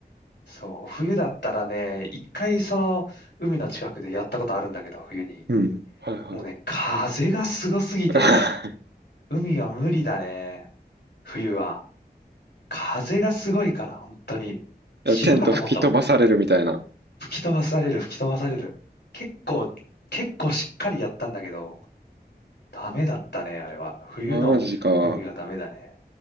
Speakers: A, on the left; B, on the right.
A: そう、冬だったらね、一回その海の近くでやったことあるんだけど、冬に。
B: うん。はいはい。
A: もうね、風がすごすぎてね、
B: <laughs>
A: 海は無理だね、冬は。風がすごいから、本当に。死ぬかと思ったもんね。
B: いや、テント吹き飛ばされるみたいな。
A: 吹き飛ばされる、吹き飛ばされる。結構、結構しっかりやったんだけど、ダメだったね、あれは。冬の海はダメだね。
B: マジか。